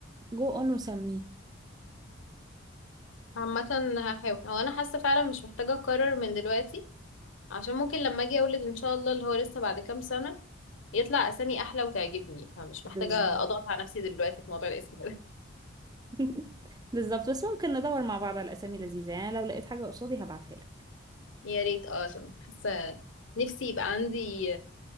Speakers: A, on the right; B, on the left.
A: جو اون وسميه
B: عامة هحاول هو انا حاسة فعلا مش محتاجة اقرر من دلوقتي عشان ممكن لما اجي اولد ان شاء الله اللي هو لسه بعد كام سنة يطلع اسامي احلى وتعجبني فمش
A: بالظبط
B: محتاجة اضغط على نفسي دلوقتي في موضوع الاسم ده
A: <laughs> بالظبط بس ممكن ندور مع بعض على اسامي لذيذه يعني لو لقيت حاجه قصادي هبعتها لك
B: <laughs> يا ريت اه عشان حاسة نفسي يبقى عندي